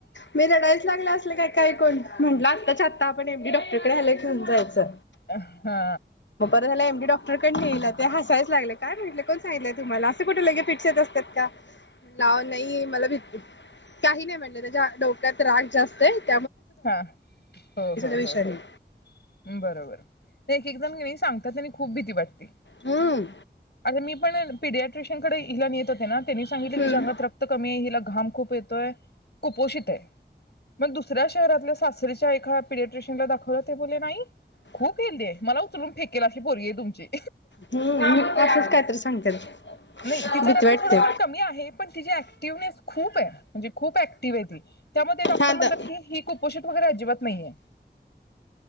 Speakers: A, on the left; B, on the left.
A: मी रडायलाच लागले काय काय कोण म्हटलं आत्ताच्या आत्ता आपण एम डी डॉक्टरकडे आल घेऊन जायचं.
B: अ हा.
A: ते ला एमडी डॉक्टरकड नेल ते हसायलाच लागले. कायं म्हटलं, कोण सांगीतलेत? तुम्हाला असं कुठं लगेचं फिट्स येत असतात का म्हणलं आव नाही मला भिती काही नाही म्हणलं त्याच्या डोक्यात राग जास्त काय?
B: हा हो हो
A: विषय
B: हो हो
A: नाही
B: बरोबर एक एकजण कणी सांगता तर त्यानी खूप भीती वाटती.
A: हम्म
B: आणि मी पण पिढ्या ट्युशनकडे हिला नेत होते ना. त्यांनी सांगितलं कि
A: हम्म
B: हिज्या अंगात रक्त कमी आहे हिला घाम खूप येतोय. कुपोषित आहे. मग दुस सऱ्या शहरातल्या सासरीच्या एका पिलेट्रिशयन ला दाखवलं ते बोलले नाही.
A: <inaudible>
B: खूप हेल्दी आहे मला उचलून फेकेल अशी पोरगी आहे तुमची
A: हम्म हम्म असचं कायतरी सांगतात.
B: नाही तिचं
A: भीती
B: रक्त
A: वाटते
B: थोडफार कमी आहे पण तिची ऍक्टिवनेस खूप आहे. म्हणजे खूप ऍक्टिव्ह आहे ती त्यामुळे डॉक्टर
A: हा
B: म्हणतात
A: द
B: की ही कुपोषित वगैरे अजिबात नाही आहे.